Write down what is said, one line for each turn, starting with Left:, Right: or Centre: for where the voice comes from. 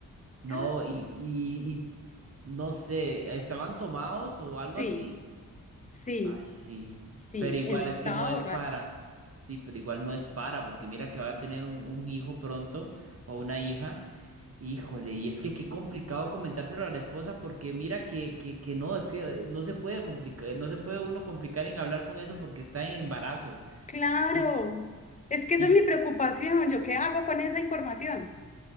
Right: No,
Left: Ah,
Right: y, y, y no sé, ¿estaban tomados o
Left: Sí,
Right: algo así?
Left: sí,
Right: Ay, sí.
Left: sí,
Right: Pero igual
Left: él estaba
Right: es que no es
Left: borracho.
Right: para. Sí, pero igual no es para, porque mira que va a tener un, un hijo pronto o una hija. Híjole, y es que qué complicado comentárselo a la esposa, porque mira que, que, que no, es que eh, no se puede complicar, no se puede uno complicar en hablar con eso porque está en embarazo.
Left: Claro,
Right: Y,
Left: es que esa
Right: y,
Left: es mi preocupación. ¿Yo qué hago con esa información?